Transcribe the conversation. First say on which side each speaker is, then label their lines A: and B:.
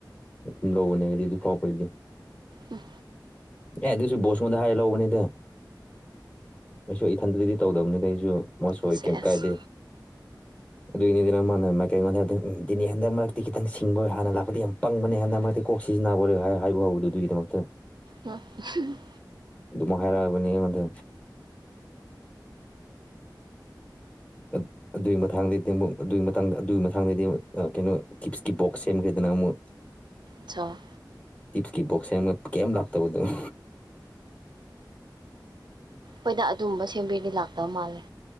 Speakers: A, on the left; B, on the right.
A: ꯑꯗꯨꯝ ꯂꯧꯕꯅꯦ ꯑꯩꯗꯤ ꯍꯧꯖꯤꯛꯐꯥꯎꯕꯒꯤꯗꯤ
B: ꯎꯝ
A: ꯑꯦ ꯑꯗꯨꯏꯁꯨ ꯕꯣꯁꯃꯣꯟꯗ ꯍꯥꯏꯔ ꯂꯧꯕꯅꯤꯗ ꯑꯩꯁꯨ ꯏꯊꯟꯇꯗꯤ ꯇꯧꯗꯕꯅꯤꯗ ꯑꯩꯁꯨ ꯃꯣꯢꯁꯨ
B: ꯁꯦꯁ
A: ꯀꯩꯝ ꯀꯥꯏꯗꯦ ꯑꯗꯨꯒꯤꯅꯤꯗꯅ ꯃꯥꯅ ꯃꯥꯏꯀꯩ ꯃꯥꯟꯅꯗꯦ ꯗꯤ ꯍꯟꯗꯛ ꯃꯔꯛꯇꯤ ꯈꯤꯇꯪ ꯍꯥꯟꯅ ꯂꯥꯛꯄꯗꯤ ꯌꯥꯝ ꯄꯪꯕꯅꯦ ꯍꯟꯅ ꯃꯔꯛꯇꯤ ꯀꯣꯛ ꯁꯤꯖꯤꯟꯅꯕꯣꯔꯦ ꯍꯥꯏ ꯍꯥꯏꯕꯥꯍꯧꯕꯗꯨꯗꯤ ꯑꯗꯨꯒꯤꯃꯛꯇ
B: ꯑ <unintelligible>
A: ꯑꯗꯨꯃꯥꯢꯅ ꯍꯥꯢꯔꯛꯑꯕꯅꯤ ꯑꯩꯉꯣꯡꯗ ꯎ <unintelligible> ꯑꯗꯨꯏ ꯃꯊꯥꯡꯗꯩꯗꯤ ꯑꯃꯨꯛ ꯑꯗꯨꯒꯤ ꯃꯇꯥꯡꯗ ꯑꯗꯨꯒꯤ ꯃꯊꯥꯡꯗꯩꯗꯤ ꯑꯥ ꯀꯩꯅꯣ ꯀꯤꯞꯁꯀꯤ ꯕꯣꯛꯁ ꯁꯦꯝꯒꯦꯍꯥꯏꯗꯅ ꯑꯃꯨꯛ <inaudible>
B: ꯆꯥ
A: ꯇꯤꯞꯁꯀꯤ ꯕꯣꯛꯁ ꯁꯦꯝꯃ ꯀꯦꯝ ꯂꯥꯛꯇꯕꯗꯣ <unintelligible>
B: ꯍꯣꯏꯗ ꯑꯗꯨꯝꯕ ꯁꯦꯝꯕꯤꯔꯤꯗꯤ ꯂꯥꯛꯇꯕ ꯃꯥꯜꯂꯦ